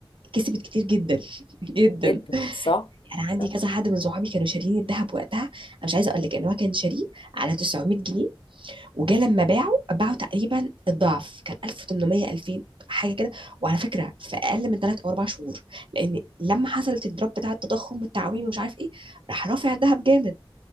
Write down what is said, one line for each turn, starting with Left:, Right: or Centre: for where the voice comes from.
Right: كسبت كتير جدا <laughs> جدا
Left: جدا صح
Right: انا عندي
Left: صح
Right: كذا حد من صحابي كانوا شاريين الذهب وقتها انا مش عايزه اقول لك ان هو كان شاريه على 900 جنيه وجا لما باعوا باعوا تقريبا الضعف كان 1800 2000 حاجه كده وعلى فكره في اقل من 3 او 4 شهور لان لما حصلت الدروب بتاع التضخم والتعويم ومش عارف ايه راح رافع الذهب جامد